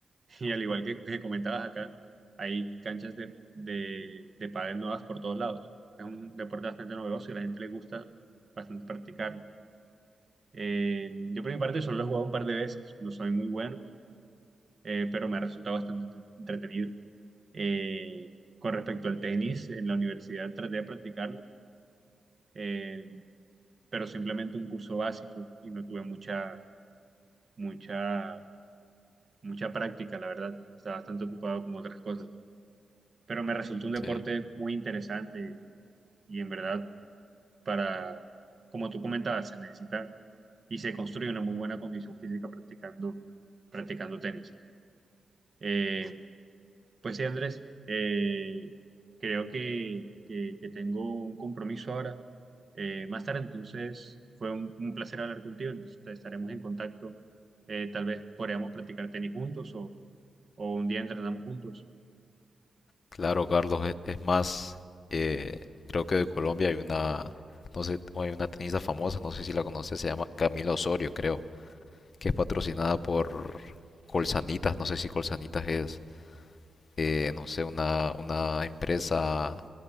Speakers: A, on the right; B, on the left.
A: y al igual que, que comentabas acá, hay canchas de, de, de pádel nuevas por todos lados. Es un deporte bastante novedoso y a la gente le gusta bastante practicarlo. Eh, yo por mi parte solo lo he jugado un par de veces, no soy muy bueno, eh, pero me ha resultado bastante entre- entretenido. Eh, con respecto al tenis, en la universidad traté de practicarlo, eh, pero simplemente un curso básico y no tuve mucha, mucha, mucha práctica, la verdad. Estaba bastante ocupado con otras cosas, pero me resultó un deporte
B: Sí.
A: muy interesante y, en verdad para, como tú comentabas, se necesita y se construye una muy buena condición física practicando, practicando tenis. Eh, pues sí, Andrés, eh, creo que, que- que tengo un compromiso ahora eh, más tarde, entonces fue un, un placer hablar contigo, entonces te- estaremos en contacto, Eh, tal vez podríamos practicar tenis juntos o, o un día entrenamos juntos.
B: Claro, Carlos, es, es más, eh, creo que de Colombia hay una, no sé, hay una tenista famosa, no sé si la conoces, se llama Camila Osorio, creo, que es patrocinada por Colsanitas, no sé si Colsanitas es, eh, no sé, una, una empresa